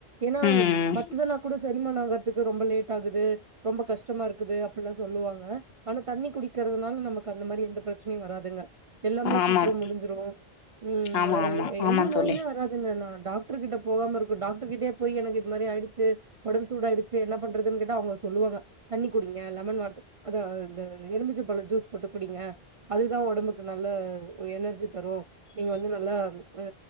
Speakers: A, on the right (about 55°); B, on the left (about 75°).
A: ஏன்னா
B: ம்
A: மத்ததுனா கூட சரி திருமண ஆகுறதுக்கு ரொம்ப லேட் ஆகுது ரொம்ப கஷ்டமா இருக்குது அப்படிலா சொல்லுவாங்க ஆனா தண்ணி குடிக்கிறதுனால நமக்கு அந்த மாரி எந்த பிரச்சனையும் வராதுங்க எல்லாமே
B: ஆமாம்.
A: சீக்கிரம் முடிஞ்சிடு ம்
B: ஆமா ஆமா
A: எந்த
B: ஆமா
A: நோயுமே
B: தோழி.
A: வராதுங்க நா டாக் டாக்டர் கிட்ட போகாம இருக்கு டாக்டர் கிட்டயே போய் எனக்கு இது மாரி ஆயிடுச்சு உடம்பு சூட ஆயிச்சு சேரி என்ன பண்றதுன்னு கேட்டா அவங்க சொல்லுவாங்க தண்ணி குடிங்க லெமன் வாட்டர் அத இந்த லெமன் எலுமிச்சம்பழம் ஜூஸ் போட்டு குடிங்க அதுதான் உடம்புக்கு நல்லா எனர்ஜி தரும் நீங்க வந்து நல்லா ஆ